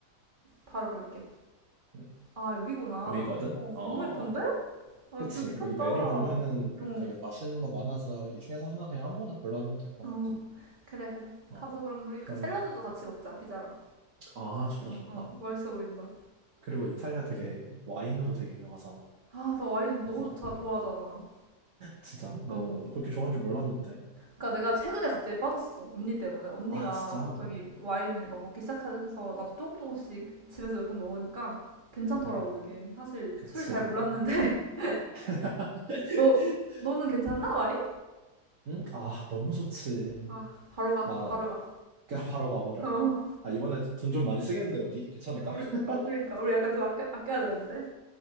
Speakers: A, on the right; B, on the right.
A: 바로 볼게.
B: 응.
A: 아, 여기구나.
B: 여기거든?
A: 어,
B: 어
A: 너무
B: 어,
A: 예쁜데?
B: 어.
A: 아,
B: 그치.
A: 뷰 미쳤다.
B: 여기 메뉴
A: 어,
B: 보면은
A: 응,
B: 되게 맛있는 거 많아서 이 중에서 하나 그냥 아무거나 골라보면 될 것
A: 어,
B: 같아.
A: 그래, 그래.
B: 어
A: 가서 그럼 우리
B: 그럼
A: 샐러드도 같이 먹자, 피자랑.
B: 아 좋다
A: 어,
B: 좋다.
A: 어, 맛있어 보인다.
B: 그리고 이탈리아 되게 와인도
A: 어.
B: 되게 유명하잖아.
A: 아, 나 와인 너무
B: 그래서
A: 좋다, 좋아하잖아.
B: 진짜?
A: 어.
B: 너 그렇게 좋아하는 줄 몰랐는데.
A: 그러니까 내가 최근에 갑자기 빠졌어. 언니 때문에. 언니가
B: 아, 진짜?
A: 갑자기 와인을 막 먹기 시작해서 나도 조금 조금씩 집에서 몇 번 먹으니까 괜찮더라고,
B: 응
A: 이게. 사실
B: 그치.
A: 술 잘 몰랐는데. <laughs>
B: <laughs>
A: 너, 너는 괜찮나, 와인?
B: 응? 아, 너무 좋지.
A: 아, 바로 가,
B: 나
A: 바로 가.
B: 그냥 바로 가버려.
A: 어,
B: 아, 이번에 돈 좀 많이 쓰겠는데, 우리? 괜찮을까?
A: 우리,
B: <laughs>
A: 어, 그러니까. 우리 약간 좀 아껴, 아껴야 되는데.